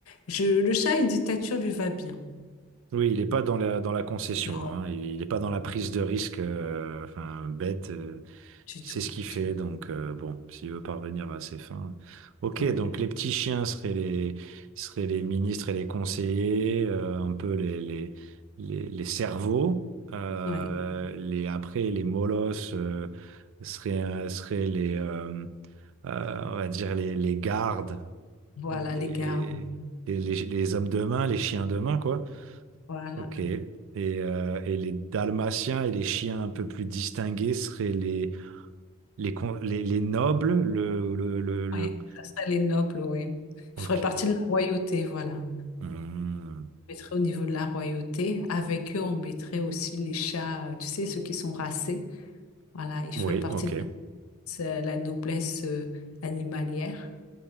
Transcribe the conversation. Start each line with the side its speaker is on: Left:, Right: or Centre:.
Left: je- le chat, une dictature lui va bien.
Right: Oui, il n'est pas dans la, dans la concession,
Left: Non,
Right: hein. Il n'est pas
Left: Non,
Right: dans la prise de risque, euh, enfin, bête. euh.
Left: du
Right: C'est
Left: tout.
Right: ce qu'il fait,
Left: du-
Right: donc euh, bon, s'il veut parvenir à ses fins. Ok,
Left: ouais,
Right: donc les petits chiens seraient les, seraient les ministres et les conseillers, euh, un peu les, les, les, les cerveaux. Euh,
Left: ouais.
Right: les, après, les molosses euh, seraient, euh, seraient les, euh, euh, on va dire les, les gardes,
Left: Voilà
Right: les,
Left: les gardes.
Right: les, les, les hommes de main, les chiens de main, quoi.
Left: Voilà.
Right: Ok. Et, euh, et les dalmatiens et les chiens un peu plus distingués seraient les les, con- les, les nobles, le, le, le, le-
Left: Oui, ça serait les nobles, oui.
Right: Ok.
Left: Je ferais partie de la royauté, voilà.
Right: Hmm.
Left: Je mettrais au niveau de la royauté. Avec eux, on mettrait aussi les chats, euh, tu sais, ceux qui sont racés. Voilà, ils
Right: Oui,
Left: feraient partie
Right: ok.
Left: de la, c'est la noblesse euh, animalière.